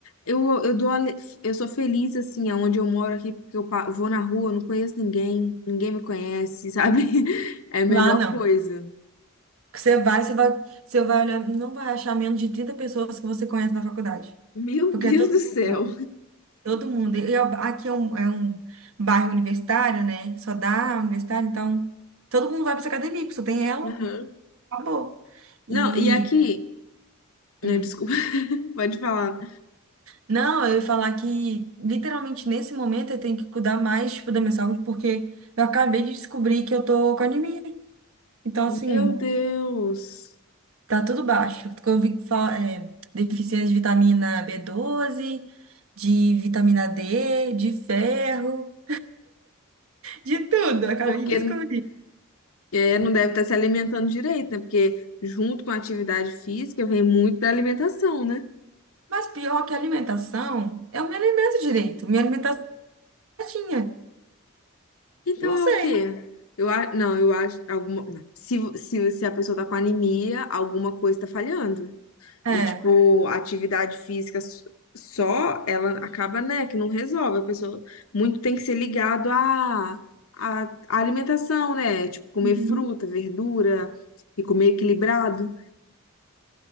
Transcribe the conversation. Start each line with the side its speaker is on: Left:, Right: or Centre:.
Left: eu, eu dou ale- eu sou feliz assim aonde eu moro aqui, porque eu pa- vou na rua, não conheço ninguém, ninguém me conhece, sabe? <laughs> É a melhor
Right: Lá não.
Left: coisa.
Right: Você vai, você vai, você vai olhar, não vai achar menos de 30 pessoas que você conhece na faculdade.
Left: Meu
Right: Porque
Left: Deus
Right: é todo
Left: do céu.
Right: mundo. Todo mundo. E eu- aqui é um, é um bairro universitário, né? Só dá universitário, então todo mundo vai para essa academia, porque só tem ela,
Left: Aham.
Right: acabou. E.
Left: Não, e aqui, né,
Right: hum.
Left: desculpa, <laughs> pode falar.
Right: Não, eu ia falar que literalmente nesse momento eu tenho que cuidar mais, tipo, da minha saúde, porque eu acabei de descobrir que eu tô com anemia. Então,
Left: Meu
Right: assim,
Left: Deus.
Right: tá tudo baixo. Porque Eu vi que fala, é, deficiência de vitamina B12, de vitamina D, de ferro, de tudo. Eu acabei
Left: Porque
Right: de descobrir.
Left: é, não deve estar se alimentando direito, né? Porque junto com a atividade física vem muito da alimentação, né?
Right: Mas pior que a alimentação, eu me alimento direito, minha alimentação é certinha.
Left: Então
Right: Não
Left: é
Right: sei.
Left: o quê? Eu, a- não, eu acho alguma, se, se, se a pessoa tá com anemia, alguma coisa tá falhando.
Right: É.
Left: E, tipo, a atividade física s- só, ela acaba, né, que não resolve. A pessoa muito tem que ser ligado à à à alimentação, né? Tipo, comer
Right: Uhum.
Left: fruta, verdura e comer equilibrado.